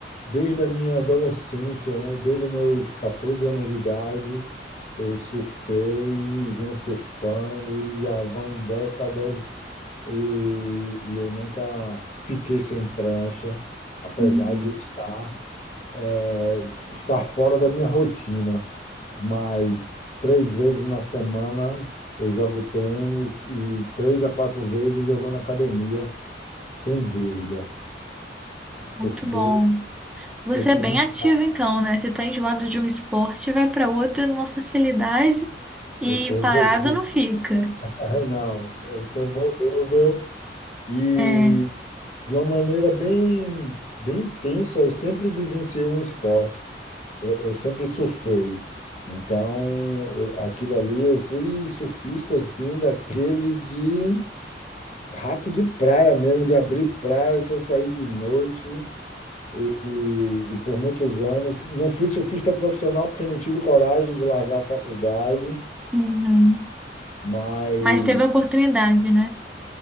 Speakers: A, on the left; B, in the centre.
A: desde a minha adolescência, né? Desde os meus 14 anos de idade, eu surfei, venho surfando e já vão décadas e, e eu nunca fiquei sem prancha, apesar
B: Uhum.
A: de estar é, estar fora da minha rotina, mas três vezes na semana eu jogo tênis e três a quatro vezes eu vou na academia, sem dúvida,
B: Muito
A: porque
B: bom. Você
A: eu sou
B: é bem
A: viciado,
B: ativo então, né? Você tá enjoado de um esporte, vai para outro numa facilidade e
A: eu sou
B: parado
A: volúvel.
B: não fica.
A: <laughs> É, não, eu sou volúvel e
B: É.
A: de uma maneira bem, bem intensa, eu sempre vivenciei um esporte. Eu, eu sempre surfei. Então, eu- aquilo ali, eu fui surfista assim, daquele de rato de praia mesmo, de abrir praia, só sair de noite. E, e- e por muitos anos, não fui surfista profissional porque não tive coragem de largar a faculdade,
B: Uhum.
A: mas
B: Mas teve oportunidade, né?